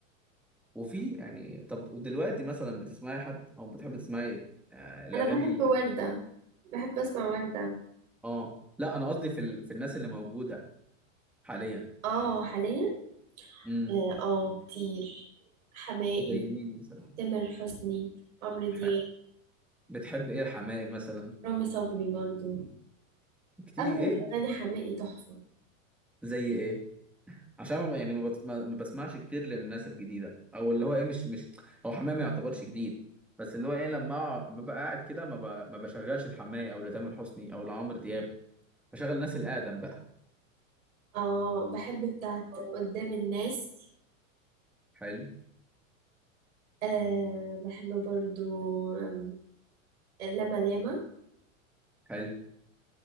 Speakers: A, in the centre; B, on the right.
A: وفي يعني طب دلوقتي مثلا بتسمعي حد او بتحبي تسمعي آه، الاغاني
B: أنا بحب
A: ال...
B: وردة بحب أسمع وردة
A: اه لا انا قصدي في ال... في الناس اللي موجوده حاليا
B: آه حاليا
A: امم
B: آه آه، كتير حماقي
A: زي مين مثلا
B: تامر حسني عمرو دياب
A: ح... بتحب ايه الحماقي مثلا
B: رامي صبري برضو
A: كتير
B: أغلب
A: ايه
B: أغاني حماقي تحفة
A: زي ايه عشان ما يعني ما, بت... ما ما بسمعش كتير للناس الجديده او اللي هو ايه مش مش هو حماقي ما يعتبرش جديد بس اللي هو ايه لما أقع- ببقى قاعد كده ما, ب... ما بشغلش الحماقي او لتامر حسني او لعمرو دياب بشغل الناس الاقدم بقى
B: آه بحب بتاعت قدام الناس
A: حلو
B: آه بحب برضو آم، لما لاما
A: حلو